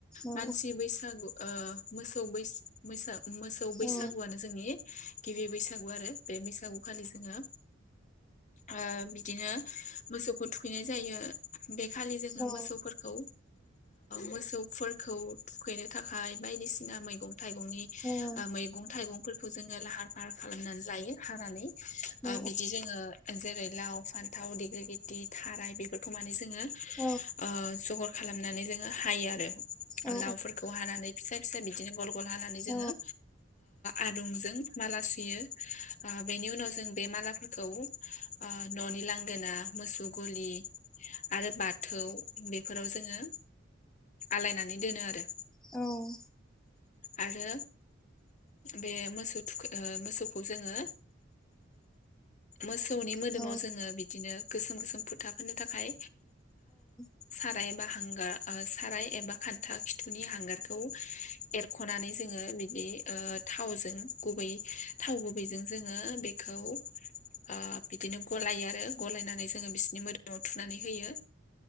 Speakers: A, in the centre; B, on the left.
A: औ
B: मानसि बैसागु ओ मोसौ बैस मैसा मोसौ बैसागुआनो
A: औ
B: जोंनि गिबि बैसागु आरो बे बैसागु खालि जोङो ओ बिदिनो मोसौखो थुखैनाय जायो। बे खालि जोङो
A: औ
B: मोसौफोरखौ मोसौफोरखौ थुखैनो थाखाय बायदिसिना मैगं थाइगंनि
A: औ
B: ओ मैगं थाइगंफोरखौ जोङो लाहार फाहार खालामनानै लायो हानानै। ओ
A: औ
B: बिदि जोङो जेरै लाव फान्थाव डिग्लि गिथि थाराय बेफोरखौ माने जोङो
A: औ
B: ओ जगर खालामनानै जोङो हायो आरो
A: औ
B: लावफोरखौ हानानै फिसा फिसा बिदिनो गल गल हानानै जोङो
A: औ
B: आदुंजों माला सुयो बेनि उनाव जों बे मालाफोरखौ न'नि लांगोना मोसौ गलि आरो बाथौ बेफोराव जोङो आलायनानै दोनो आरो।
A: औ
B: आरो बे मोसौ थुख मोसौखौ जोङो मोसौनि मोदोमाव
A: औ
B: जो ङो बिदिनो गोसोम गोसोम फोथा फोननो थाखाय
A: औ
B: साराय एबा हांगार साराय एबा खान्था खिथुनि हांगारखौ एरख'नानै जोङो बिदि थावजों गुबै थाव गुबैजों जोङो ओ बेखौ ओ बिदिनो गलायो आरो गलायनानै जोङो बिसोरनि मोदोमाव थुनानै होयो